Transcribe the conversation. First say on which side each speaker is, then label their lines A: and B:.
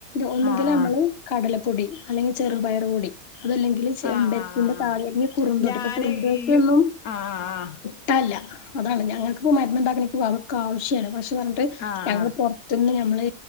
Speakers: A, on the left; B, on the left.
A: ഒന്നെങ്കില്
B: ആഹ്
A: നമ്മള് കടലപ്പൊടി അല്ലെങ്കില് ചെറുപയർ പൊടി അതല്ലെങ്കില് ചെമ്പ
B: ആഹ് ആഹ് ആഹ് ആഹ് ആഹ്
A: പിന്നെ താളി അല്ലെങ്കിൽ കുറുന്തോട്ടി.
B: ഞാന്
A: ഇപ്പൊ കുറുന്തോട്ടിയെന്നും
B: ഈ ആഹ് ആഹ്
A: ട്ടാല്ല. അതാണ് ഞങ്ങക്ക് പ്പോ മരുന്ന് ഉണ്ടാക്കണ പ്പോ അവർക്ക് ആവശ്യണ്. പക്ഷെ പറഞ്ഞിട്ട്
B: ആഹ്
A: ഞങ്ങൾ
B: ആഹ്
A: പൊർ ത്ത്ന്ന് നമ്മള്